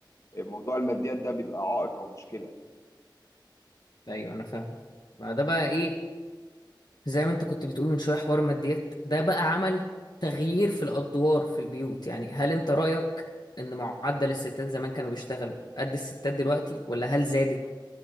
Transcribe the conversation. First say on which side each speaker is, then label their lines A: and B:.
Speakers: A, on the left; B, on the left.
A: موضوع الماديات ده بيبقى عائق او مشكله يعني.
B: ايوه انا فاهم ما ده بقى ايه زي ما انت كنت بتقول من شوية حوار ماديات ده بقى عمل تغيير في الادوار في البيوت يعني هل انت رأيك ان معدل الستات زمان كانوا بيشتغلوا قد الستات دلوقتي ولا هل زادت